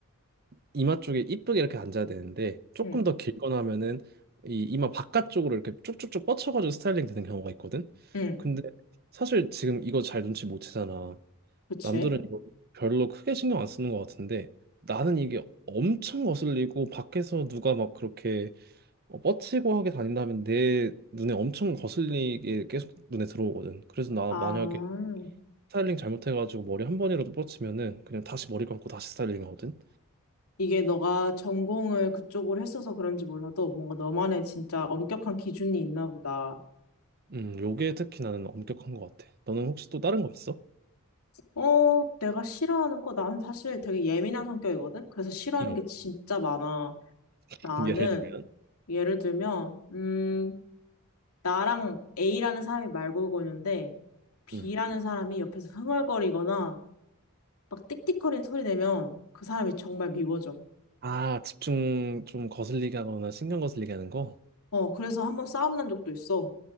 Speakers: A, on the right; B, on the left.
A: 이마 쪽에 이쁘게 이렇게 앉아야 되는데 조금
B: 응,
A: 더 길거나 하면은 이 이마 바깥쪽으로 이렇게 쭉쭉쭉 뻗쳐가지고 스타일링 되는 경우가 있거든.
B: 응,
A: 근데 사실 지금 이거 잘 눈치 못 채잖아.
B: 그치?
A: 남들은 이거 별로 크게 신경 안 쓰는 것 같은데 나는 이게 엄청 거슬리고 밖에서 누가 막 그렇게 어, 뻗치고 하게 다닌다면 내 눈에 엄청 거슬리게 계속 눈에 들어오거든. 그래서 나
B: 아,
A: 만약에 스타일링 잘못해가지고 머리 한 번이라도 뻗치면은 그냥 다시 머리 감고 다시 스타일링 하거든.
B: 이게 너가 전공을 그쪽으로 했어서 그런지 몰라도 뭔가 너만의 진짜 엄격한 기준이 있나 보다.
A: 음, 요게 특히 나는 엄격한 것 같아. 너는 혹시 또 다른 거 있어?
B: 어, 내가 싫어하는 거, 나는 사실 되게 예민한 성격이거든? 그래서 싫어하는
A: 음.
B: 게 진짜 많아.
A: <laughs>
B: 나는
A: 예를 들면?
B: 예를 들면, 음, 나랑 A라는 사람이 말 걸고 있는데, B라는
A: 음.
B: 사람이 옆에서 흥얼거리거나, 막 띡띡거리는 소리 내면 그 사람이 정말 미워져.
A: 아, 집중 좀 거슬리게 하거나 신경 거슬리게 하는 거?
B: 어, 그래서 한번 싸움 난 적도 있어.